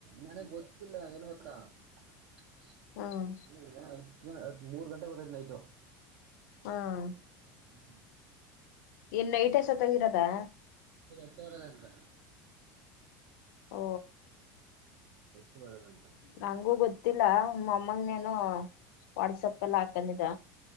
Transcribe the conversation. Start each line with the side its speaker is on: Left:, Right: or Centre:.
Right: ನನಗ ಗೊತ್ತಿಲ್ಲ ಏನು ಅಂತ <unintelligible>
Left: ಹ್ಮ್
Right: ದ್ ಮೂರ ಗಂಟೆ ಬರ್ತೈತಿ ನೈಟು
Left: ಹ್ಮ್
Right: ಹ್ಮ್
Left: ಏನ್ ನೈಟ್ ಜೊತೆಗೆ ಇರೋದಾ
Right: ಎಂಟ್ನೂರ್ ಇವತ್ತ
Left: ಓ
Right: <unintelligible> ಬರಲ್ಲನ
Left: ನಂಗೂ ಗೊತ್ತಿಲ್ಲ ನಮ್ ಅಮ್ಮಂಗೆ ಏನು ವಾಟ್ಸಾಪ್ ಅಲ್ಲಿ ಹಕಂದಿದ್ದ